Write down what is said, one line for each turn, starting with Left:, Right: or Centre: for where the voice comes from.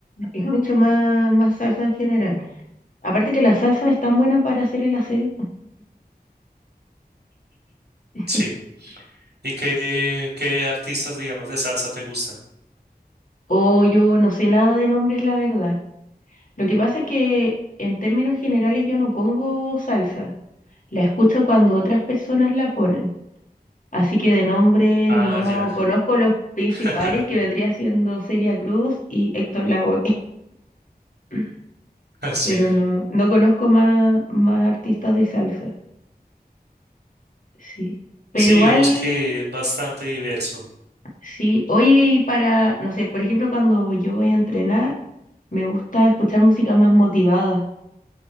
Left: Escucho más, más salsa en general. Aparte que la salsa es tan buena para hacer el aseo. <laughs>
Right: Sí. ¿Y qué, qué artistas, digamos, de salsa te gustan?
Left: O yo no sé nada de nombres, la verdad. Lo que pasa es que en términos generales yo no pongo salsa. La escucho cuando otras personas la ponen. Así que de nombre
Right: Ah,
Left: no
Right: ya.
Left: conozco los principales
Right: <laughs>
Left: que vendría siendo Celia Cruz y Héctor Lavoe, <laughs>
Right: Sí.
Left: pero no, no conozco más, más artistas de salsa, sí. Pero
Right: Sí,
Left: igual,
Right: digamos que bastante diverso.
Left: sí, oye, y para, no sé, por ejemplo, cuando yo voy a entrenar, me gusta escuchar música más motivada.